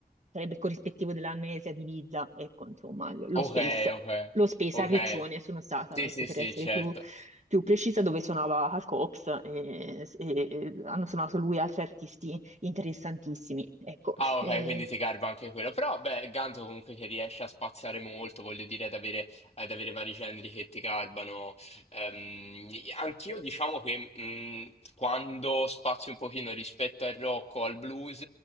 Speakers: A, on the right; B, on the left.
A: sarebbe corrispettivo della Almesia di Ibiza, ecco, insomma, l- lo
B: Ok,
A: Space,
B: ok,
A: lo Space
B: ok.
A: a Riccione sono stata,
B: Sì,
A: ecco,
B: sì,
A: per
B: sì,
A: essere
B: certo.
A: più, più precisa, dove suonava Hal Cox e, e- e hanno suonato lui e altri artisti interessantissimi, ecco.
B: Ah, ok,
A: Eh,
B: quindi ti garba anche quello. Però, beh, Ganzo comunque che riesce a spaziare molto, voglio dire, ad avere, ad avere vari generi che ti garbano. Ehm, anch'io diciamo che mh, quando spazio un pochino rispetto al rock o al blues,